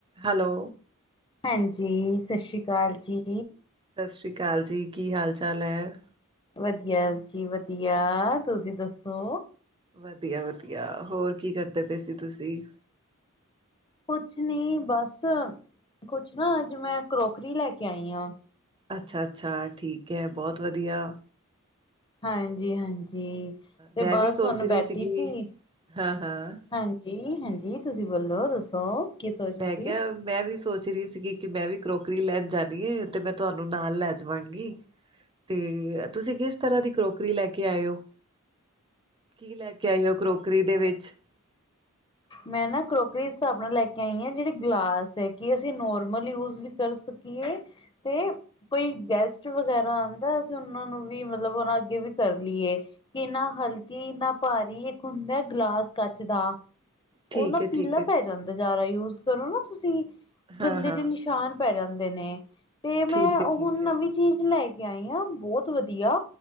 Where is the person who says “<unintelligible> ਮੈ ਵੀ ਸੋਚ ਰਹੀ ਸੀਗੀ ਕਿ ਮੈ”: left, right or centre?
Right